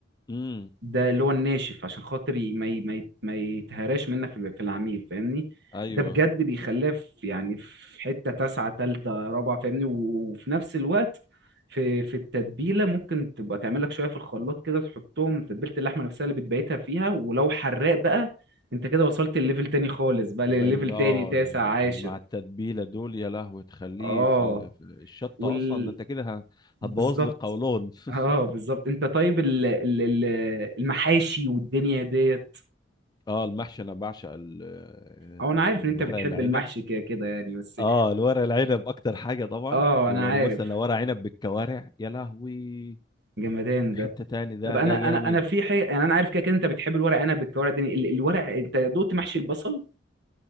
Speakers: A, on the left; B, on the right.
A: امم
B: ده اللي هو الناشف عشان خاطر ي- ما ي- ما ي- ما يتهراش منك في ال- في العميل فاهمني
A: ايوه
B: ده بجد بيخليه في يعني في حتة تاسعة تالتة رابعة فاهمني وفي نفس الوقت في في التتبيلة ممكن تبقى تعمل لك شوية في الخلاط كده تحطهم تتبيلة اللحمة نفسها اللي بتبيتها فيها ولو حراق بقى انت كده وصلت الليفل تاني خالص بقى لليفل
A: يبقى ال-
B: تاني
A: اه
B: تاسع
A: ي-
B: عاشر
A: مع التتبيله دول يا لهوي تخليه
B: اه
A: في, ال... في الشطه
B: وال
A: اصلا ده انت كده ه-
B: بالظبط
A: هتبوظ لي القولون <laughs>
B: اه بالظبط انت طيب ال- ال- ال- المحاشي والدنيا ديت
A: اه المحشي انا بعشق ال... آه،
B: او انا عارف
A: الورق
B: ان انت بتحب
A: العنب
B: المحشي كده كده يعني بس
A: اه الورق العنب اكتر حاجه طبعا
B: اه
A: ولو
B: انا عارف
A: مثلا لو ورق عنب بالكوارع يا لهوي
B: جمدان
A: في
B: ده
A: حته تاني ده
B: طب انا
A: ده جامد
B: انا انا في حاجه يعني انا عارف كده كده انت بتحب الورق انا بالكوارع الدنيا ال- الورق انت دوقت محشي البصل